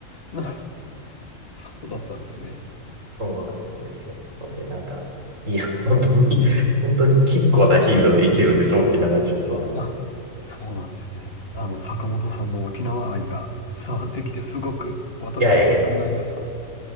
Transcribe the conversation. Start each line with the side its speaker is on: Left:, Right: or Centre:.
Left: <laughs> な、そうだったんですね。
Right: そうなんです。ので、なんか、いや、本当に、<laughs> 本当に結構な頻度で行けてるんです、沖縄実は。
Left: あ、そうなんですね。あの、坂本さんの沖縄愛が伝わってきて、すごく私も行きたくなりました。
Right: いやいやいや、